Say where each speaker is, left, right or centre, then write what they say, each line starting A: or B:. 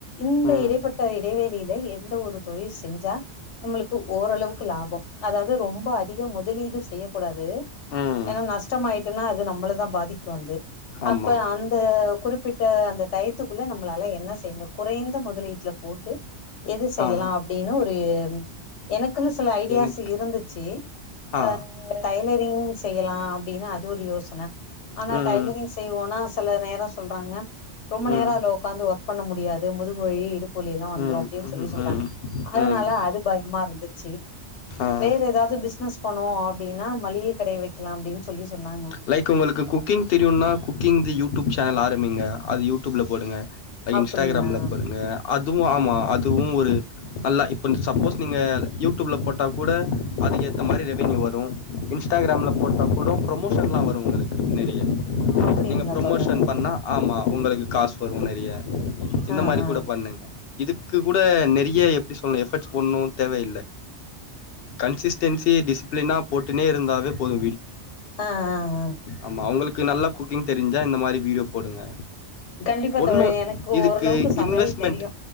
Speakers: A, on the left; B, on the left.
A: இந்த
B: ம்
A: இடைப்பட்ட இடைவேளில எந்த ஒரு தொழில் செஞ்சா நம்மளுக்கு ஓரளவுக்கு லாபோ அதாவ்து ரொம்ப அதிக முதலீடு செய்ய கூடாது
B: ம்
A: ஏன்னா நஷ்டமாயிட்டுனா அது நம்மளதா பாதிக்கு வந்து
B: ஆமா
A: அப்ப அந் அ குறிப்பிட்ட அந்த டயத்துக்குள்ள நம்மளால என்ன செய்ய முடியு குறைந்த முதலீட்ல போட்டு எது செய்யலா
B: ஆ
A: அப்டின்னு ஒரு எனக்குன்னு சில ஐடியாஸ்
B: எனக்கு
A: வந்துச்சு
B: ஆ
A: அ டைலரிங் செய்யலா அப்டின்னு அது ஒரு யோசன ஆனா
B: ம்
A: டைலரிங் செய்வோனா செல நேரோ சொல்றாங்க ரொம்ப
B: ம்
A: நேரோ அதுல ஒக்காந்து ஒர்க் பண்ண முடியாது முதுகு வழி இடுப் புவலி எல்லா வந்துரு
B: ம்
A: அப்டின்னு
B: ம்
A: சொல்லி சொல்றாங்க
B: ம்
A: அதனால
B: ம்
A: அது பயமா இருந்துச்சி
B: ஆ
A: வேறு எதாவது பிஸ்னஸ் பண்ணுவோ அப்டின்னா மளிக கடைய வெக்கலா அப்டின்னு சொல்லி சொன்னாங்
B: லைக் உங்களுக்கு குக்கிங் தெரியுனா குக்கிங்தீ யூடியூப் சேனல் ஆரம்பிங்க அது யூ டியூப்ல போடுங்க இன்ஸ்டாகிராம்ல
A: அப்டிங்களா
B: போடுங்க அதுவு ஆமா அதுவு ஒரு நல்லா இப்போ சப்போஸ் நீங்க யூடியூப்ல போட்டா கூட அதுக்கு ஏத்த மாரி ரெவன்யூ வரு இன்ஸ்டாகிராம்ல போட்ட கூட ப்ரம் ப்ரமோஷன்லா வரு உங்களுக்கு நெறைய
A: அப்டிங்களா
B: நீங்க ப்ரமோஷன்
A: தோழரே
B: பண்ணா ஆமா உங்களுக்கு காசு வரு நெறைய இந்த
A: ஆ
B: மாரி
A: ஆ
B: கூட பண்ணுங்க இதுக்கு கூட நெறைய எப்டி சொல்ணு எஃபட்ஸ் போடணு தேவயில்ல கன்சிஸ்டென்சி டிசிப்ளினா போட்டுன்னே இருந்தாவே போது
A: ஆ ஆ ஆ
B: ஆமா உங்களுக்கு நல்லா குக்கிங் தெரிஞ்சா இந்த மாரி வீடியோ போடுங்க
A: கண்டிப்பா
B: ஒண்ணு
A: தோழி எனக்கு
B: இதுக்கு
A: ஓரளவுக்கு சமையல்
B: இன்வெஸ்மெண்ட்
A: தெரியு